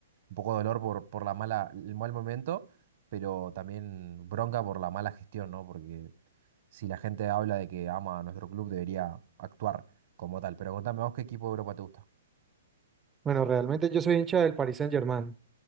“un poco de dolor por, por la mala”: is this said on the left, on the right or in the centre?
Right